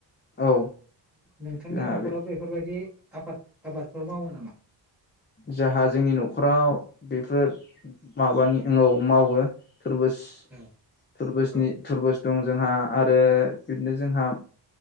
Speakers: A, on the left; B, in the centre.
A: औ
B: नोंथांनि
A: जोंहा
B: न'खरा
A: बे
B: बेफोरबायदि आफाद आबादफोर मावो नामा?
A: जाहा जोंनि न'खराव बेफोर माबानि उनाव मावो। थुरबुस
B: औ
A: थुरबुसनि
B: औ
A: थुरबुस। दं जोंहा आरो बिदिनो जोंहा।